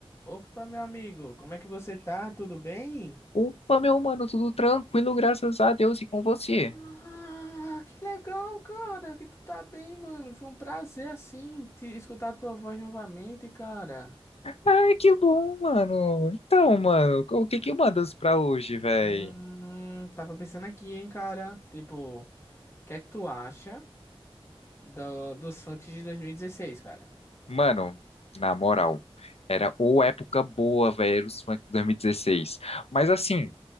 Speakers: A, on the left; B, on the left.
A: Opa, meu amigo, como é que você tá? Tudo bem?
B: Opa, meu mano, tudo tranquilo, graças a Deus e com você.
A: Ah, que legal, cara, que tu tá bem, mano. Foi um prazer, assim, te escutar a tua voz novamente, cara.
B: Ai, que bom, mano. Então, mano, o que que mandas pra hoje, véi?
A: Hum, tava pensando aqui, hein, cara. Tipo, o que é que tu acha do- dos funks de 2016, cara?
B: Mano, na moral, era ou época boa, velho, era os funk 2016. Mas assim,